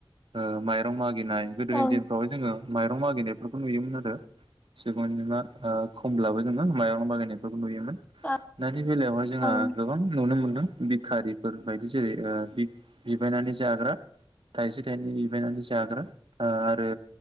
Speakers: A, on the right; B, on the left.
A: ओ मायरं मागि गिनाय गोदोनि
B: औ
A: दिनफ्राव जोंङो माइरं मागिनायफोरखौ नुयोमोन आरो सुुबुंंअनजिमा ओ खमब्लाबो जोंङो मा माइरं मागानायफोरखौ नुयोमोन
B: औ
A: ना नि बेलायावहाय जोंहा
B: औ ओं
A: गोबां नुनो मोन बिखारिफोर बायदि जेरै ओ बिबायनानै जाग्रा थाइसे थाइनै बिबायनानै जाग्रा आरो।